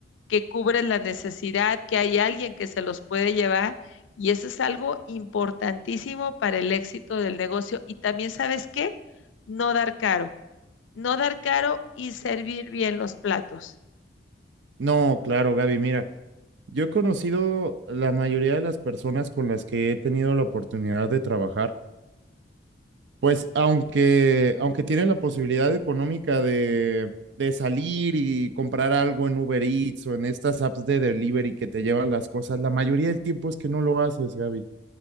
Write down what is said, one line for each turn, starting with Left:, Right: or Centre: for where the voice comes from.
Left: que cubres la necesidad, que hay alguien que se los puede llevar. Y eso es algo importantísimo para el éxito del negocio. Y también, ¿sabes qué? No dar caro, no dar caro y servir bien los platos.
Right: No, claro, Gaby, mira, yo he conocido la mayoría de las personas con las que he tenido la oportunidad de trabajar, pues aunque aunque tienen la posibilidad económica de de salir y comprar algo en Uber Eats o en estas apps de delivery que te llevan las cosas, la mayoría del tiempo es que no lo haces, Gaby.